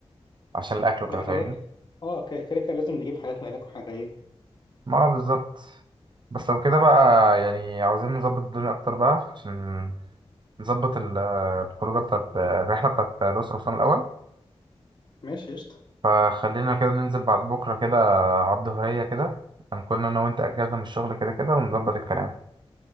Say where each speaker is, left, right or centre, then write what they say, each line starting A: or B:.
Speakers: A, on the right (about 45°); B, on the left (about 45°).
A: عشان الاكل وكده
B: احنا
A: فاهمني
B: كده اه كده كده كده لازم نجيب حاجاتنا هناك واحنا جايين
A: ما آه بالظبط بس لو كده بقى يعني عاوزين نظبط الدنيا اكتر بقى عشان نظبط ال- الخروجه بتاعت الرحله بتاعت الاسره اصلا الاول
B: ماشي قشطه
A: فخلينا كده ننزل بعد بكرة كده على الظهرية كده هنكون أنا وأنت أجازة من الشغل كده كده ونظبط الكلام